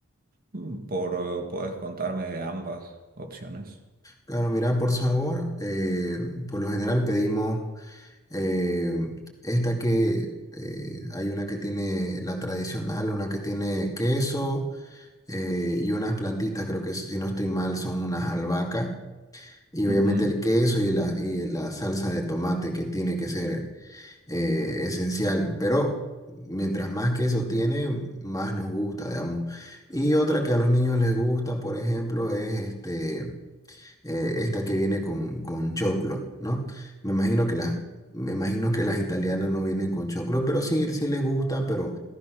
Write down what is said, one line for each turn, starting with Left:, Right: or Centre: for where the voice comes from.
Right: Mm, Por, eh, puedes contarme de ambas opciones.
Left: Claro, mira, por sabor, eh, por lo general pedimos eh, esta que eh, hay una que tiene la tradicional, una que tiene queso eh, y unas plantitas, creo que si no estoy mal son unas albahacas y
Right: Ujú,
Left: obviamente el queso y la, y la salsa de tomate que tiene que ser eh, esencial, pero mientras más queso tiene, más nos gusta, digamos. Y otra que a los niños les gusta, por ejemplo, es este eh, esta que viene con, con choclo, ¿no? Me imagino que las, me imagino que las italianas no vienen con choclo, pero sí, sí les gusta, pero